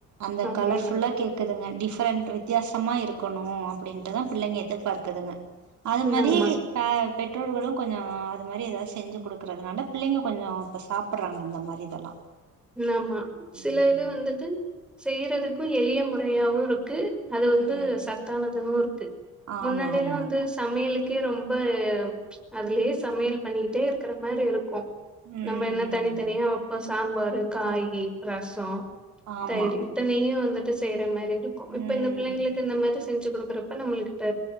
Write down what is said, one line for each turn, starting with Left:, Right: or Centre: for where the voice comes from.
Right: அந்த
Centre: அப்படின்றது
Right: கலர்ஃபுல்லா கேக்குதுங்க டிஃபரெண்ட் வித்தியாசமா இருக் க்கனோ அப்டின்ட்டு பிள்ளைங்க எதிர்பார்க்குதுங்க அது
Centre: ம்
Right: மாரி
Centre: ஆமா
Right: ப பெற்றோர்களும் கொஞ்சோ ஆ அது மாரி எதாவ செஞ்சு கொடுக்கறதுனால பிள்ளைங்க கொஞ்சோ இப்ப சாப்புடுறாங்க அந்த மாரி இதெல்லா
Centre: ஆமா சில
Right: ம்
Centre: இது வந்துட்டு செய்யறதுக்கும் எளிய முறையாவுருக்கு அது வந்து
Right: ம்
Centre: சத்தானது இருக்கு
Right: ஆமா
Centre: முன்னாடியெல்லாம்
Right: ஆமா
Centre: வந்து
Right: ஆமா
Centre: சமையலுக்கு ரொம்ப அதுலயே சமையல் பண்ணிட்டேருக்குற மாரியேருக்கும்
Right: ம்
Centre: நம்ம என்ன
Right: ம்
Centre: தனித்தனியா
Right: ம்
Centre: அப்ப சாம்பார் காய்கறி ரசோ
Right: ஆமா
Centre: தயிறு இத்தனையு வந்துட் செய்ய ர மாரி இருக்கும் இப்ப
Right: ம்
Centre: இந்த பிள்ளைங்களுக்கு இந்த மாரி செஞ்சு கொடுக்கறப்ப நம்மகிட்ட